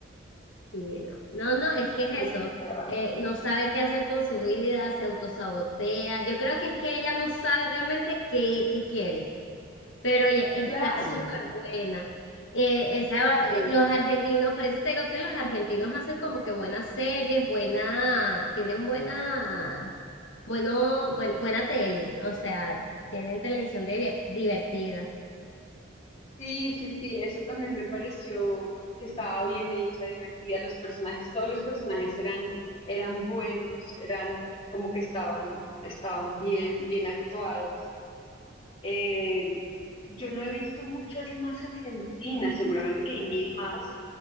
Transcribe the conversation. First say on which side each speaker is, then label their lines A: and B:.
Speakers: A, on the left; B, on the left.
A: Sí, no. No, no, es que es
B: Le
A: eso.
B: tocaba.
A: Eh, no sabe qué hacer con su vida, se autosabotea. Yo creo que es que ella no sabe realmente qué, qué quiere. Pero oye, está
B: Claro.
A: súper buena. Eh, esa, va-
B: Sí.
A: eh, los argentinos, por eso te digo que los argentinos hacen como que buenas series, buena, tienen buena, bueno, buen- buena tele. O sea, tienen televisión diver- divertida.
B: Sí, sí, sí, esa también me pareció que estaba bien hecha, divertida. Los personajes, todos los personajes eran, eran buenos, eran como que estaban, estaban bien, bien actuados. Eh,
A: Sí.
B: yo no he visto muchas más argentinas, seguramente que hay mil más,